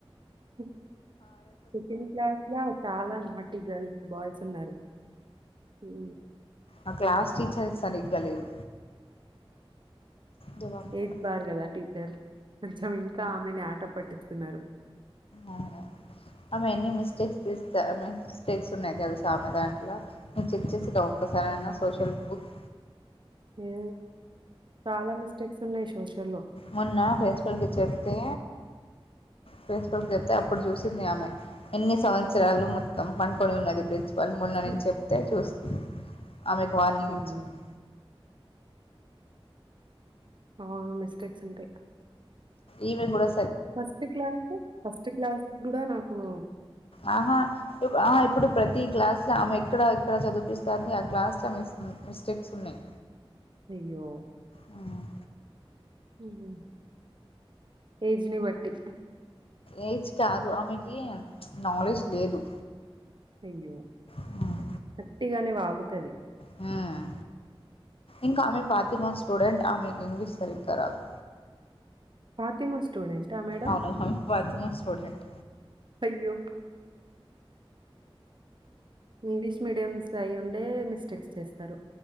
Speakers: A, on the right; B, on the left.
A: ఉ సెకండ్ క్లాస్ లా చాలా నాట గర్ల్స్ బాయ్స్ ఉన్నారు ఊ
B: ఆ క్లాస్ టీచర్ సరిగ్గా లేదు జవాబు
A: ఎయిత్
B: ఖరాబ్
A: పార్ కదా టీ టర్ తెచ్చమింగ కా ఆమెని ఆట పట్టి ఉన్నారు
B: అవును ఆమె ఎన్ని మిస్టేక్స్ చేస్తది ఎని మిస్టేక్స్ ఉన్నాయి తెల్సా ఆమె దాంట్లో చెక్ చేసిద్దా ఒక్కసారైనా సోషల్ బుక్
A: ఏ చాలా మిస్టేక్స్ ఉన్నాయ్ సోషల్ లో
B: మోన్నా ప్రిన్సిపల్ కి చెప్తే ప్రిన్సిపల్ కి చెప్తే అప్పుడు చూస్ హింది ఆమె ఎన్ని సంవత్సరాలు మొత్తం పండుకొని ఉన్నది ఇప్పుడు ఇచ్ వాళ్ళు మొన్న
A: నచ్చి
B: నేను చెప్తే చూస్తా ఆమెకి వార్నింగ్
A: హ్మ్.
B: ఇచ్చింది
A: అవును మిస్టేక్స్ ఉంటాయ్
B: ఈమె గూడా
A: ఫస్ట్ క్లాసు ఫస్ట్ క్లాస్క్ గూడా నా ఓ
B: ఆహా ఆ ఇప్పుడు ప్రతి క్లాస్ అసలా ఆమె ఎక్కడ ఎక్కడ చదిపిస్తంది ఆ క్లాస్లో మిస్ మిస్టేక్స్ ఉన్నయ్
A: అయ్యో
B: హ్మ్
A: ఉహూ ఏజ్ని బట్టి
B: ఏజ్ కాదు ఆమెకి నాలెడ్జ్ లేదు
A: అయ్యో
B: ఉమ్.
A: వట్టిగానే వాగుతది
B: హ్మ్ ఇంకో ఆమె ఫాతిమా స్టూడెంట్ ఆమెకి ఇంగ్లీష్ సరిగ్గా రాదు
A: ఫాతిమా సూ స్టూడెంటా మేడం
B: అవును. ఆమె ఫాతిమా స్టూడెంట్.
A: అయ్యో ఇంగ్లీష్ మీడియంస్ అయ్యుండే మిస్టేక్స్ చేస్తారు